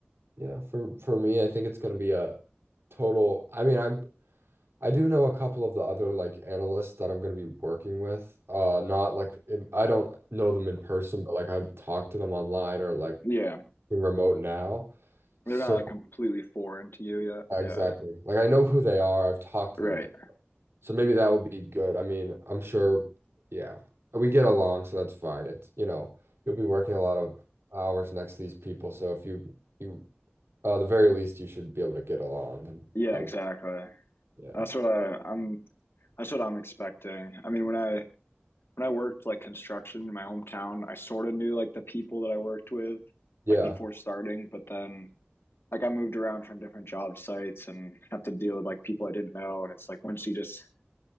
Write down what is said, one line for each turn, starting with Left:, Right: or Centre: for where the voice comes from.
Right: Yeah, for for me, I think it's going to be a total. I mean, I'm I do know a couple of the other like analysts that I'm going to be working with. Uh, not like in, I don't know them in person, but like I've talked to them online or like
Left: Yeah,
Right: remote now. So
Left: they're not like completely foreign to you yet.
Right: exactly.
Left: Yeah,
Right: Like I know who they are. I've talked
Left: right.
Right: to them So maybe that will be good. I mean, I'm sure, yeah, we get along, so that's fine. It's, you know, you'll be working a lot of hours next to these people, so if you you uh the very least you should be able to get along and
Left: Yeah,
Right: uh,
Left: exactly.
Right: yeah.
Left: That's what I, I'm. That's what I'm expecting. I mean, when I when I worked like construction in my hometown, I sort of knew like the people that I worked with,
Right: Yeah,
Left: like before starting. But then, like, I moved around from different job sites and have to deal with like people I didn't know. And it's like once you just